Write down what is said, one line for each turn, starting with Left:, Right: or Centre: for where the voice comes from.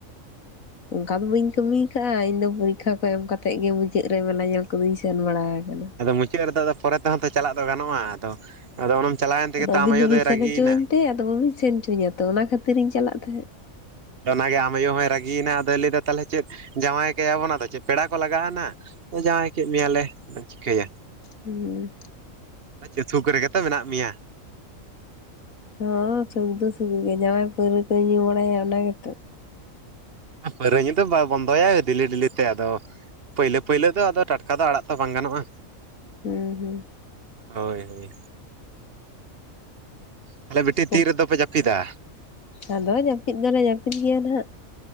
Left: ᱚᱝᱠᱟ ᱫᱚ ᱵᱟᱹᱧ ᱠᱟᱹᱢᱤ ᱟᱠᱟᱫᱟᱼᱟ ᱤᱧᱫᱚ ᱯᱚᱨᱤᱠᱷᱟ ᱠᱚ ᱮᱢ ᱠᱟᱛᱮᱫ ᱜᱮ ᱢᱩᱪᱟᱹᱫ ᱨᱮ ᱢᱮᱞᱟ ᱧᱮᱞ ᱠᱚᱫᱚᱧ ᱥᱮᱱ ᱵᱟᱲᱟ ᱠᱟᱱᱟ᱾
Right: ᱟᱫᱚ ᱢᱩᱪᱟᱹᱫ ᱨᱮᱫᱚ ᱟᱫᱚ ᱯᱚᱨᱮ ᱛᱮᱦᱚᱸ ᱛᱚ ᱪᱟᱞᱟᱜ ᱫᱚ ᱜᱟᱱᱚᱜᱼᱟ, ᱟᱫᱚ ᱟᱫᱚ ᱚᱱᱮᱢ ᱪᱟᱞᱟᱣᱮᱱ ᱛᱮᱜᱮ
Left: ᱟᱫᱚ
Right: ᱛᱚ
Left: ᱟᱹᱵᱤᱱ
Right: ᱟᱢ ᱟᱭᱳ
Left: ᱫᱚᱵᱤᱱ
Right: ᱫᱚᱭ
Left: ᱥᱮᱱ
Right: ᱨᱟᱹᱜᱤᱭᱱᱟ᱾
Left: ᱦᱚᱪᱚᱣᱟᱹᱧ ᱛᱮ ᱟᱫᱚ ᱵᱟᱵᱤᱱ ᱥᱮᱱ ᱚᱪᱚᱧᱟ ᱛᱚ ᱚᱱᱟ ᱠᱷᱟᱹᱛᱤᱨ ᱤᱧ ᱪᱟᱞᱟᱜ ᱛᱟᱦᱮᱸᱜ᱾
Right: ᱟᱫᱚ ᱚᱱᱟᱜᱮ ᱟᱢ ᱟᱭᱳ ᱦᱚᱸᱭ ᱨᱟᱹᱜᱤᱭᱮᱱᱟ ᱟᱫᱚᱭ ᱞᱟᱹᱭᱫᱟ ᱛᱟᱦᱚᱞᱮ ᱪᱮᱫ, ᱡᱟᱶᱟᱭ ᱠᱟᱭᱟᱵᱚᱱ ᱟᱫᱚ ᱪᱮᱫ ᱯᱮᱲᱟ ᱠᱚ ᱞᱟᱜᱟᱜᱼᱟ ᱱᱟ᱾ ᱡᱟᱶᱟᱭ ᱠᱮᱫ ᱢᱮᱭᱟᱞᱮ ᱪᱤᱠᱟᱹᱭᱟ᱾
Left: ᱦᱩᱸ
Right: ᱟᱫᱚ ᱪᱮᱫ ᱥᱩᱠ ᱨᱮᱜᱮᱛᱚ ᱢᱮᱱᱟᱜ ᱢᱮᱭᱟ
Left: ᱦᱚ ᱥᱩᱠ ᱫᱚ ᱥᱩᱠ ᱜᱮ ᱡᱟᱶᱟᱭ ᱯᱟᱹᱣᱨᱟᱹ ᱠᱚᱭ ᱧᱩ ᱵᱟᱲᱟᱭᱟ ᱚᱱᱟ ᱜᱮᱛᱚ
Right: ᱯᱟᱹᱣᱨᱟᱹ ᱧᱩ ᱫᱚ ᱵᱟᱭ ᱵᱚᱱᱫᱚᱭᱟ ᱰᱮᱞᱤ ᱰᱮᱞᱤ ᱛᱮ ᱟᱫᱚ ᱯᱟᱹᱭᱞᱟᱹ ᱯᱟᱹᱭᱞᱟᱹ ᱫᱚ ᱟᱫᱚ ᱴᱟᱴᱠᱟ ᱫᱚ ᱟᱲᱟᱜ ᱛᱚ ᱵᱟᱝ ᱜᱟᱱᱚᱜᱼᱟ
Left: ᱦᱩᱸ ᱦᱩᱸ
Right: ᱦᱳᱭ ᱦᱳᱭ ᱛᱟᱦᱚᱞᱮ ᱵᱤᱴᱤ ᱛᱤ
Left: ᱦᱩᱸ
Right: ᱨᱮᱫᱚ ᱯᱮ ᱡᱟᱹᱯᱤᱫᱟ
Left: ᱟᱫᱚ ᱡᱟᱹᱯᱤᱫ ᱫᱚᱞᱮ ᱡᱟᱹᱯᱤᱫ ᱜᱮᱭᱟ ᱱᱟᱜ